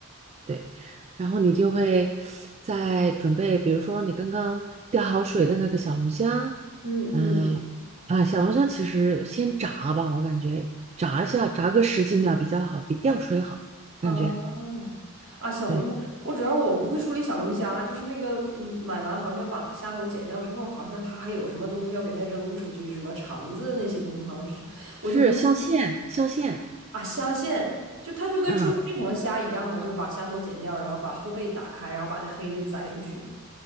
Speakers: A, on the right; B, on the right.
A: 对，然后你就会再准备，比如说你刚刚吊好水的那个小龙虾，
B: 嗯嗯。
A: 嗯啊，小龙虾其实先炸吧，我感觉炸一下，炸个十几秒比较好，比吊水好，
B: 啊啊，
A: 感觉。
B: 小龙虾，
A: 对，
B: 我主要我不会处理小龙虾，就是那个嗯，买完好像把它虾头剪掉之后，好像它还有什么东西要给它扔出去，什么肠子那些东西好像是，我就不太会
A: 是镶嵌，镶嵌，
B: 啊，虾线就它就跟处理正常虾一样嘛，
A: 嗯，
B: 就是把虾头剪掉，然后把后背打开，然后把那黑的摘出去。